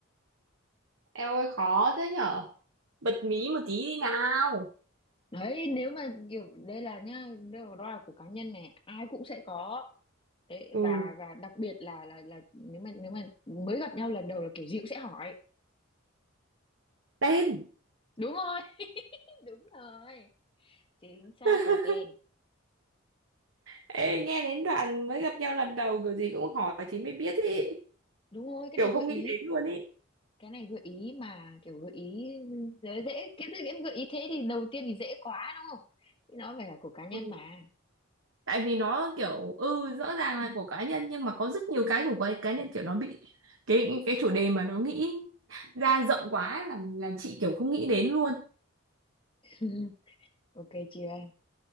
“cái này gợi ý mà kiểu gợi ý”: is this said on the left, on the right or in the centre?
Left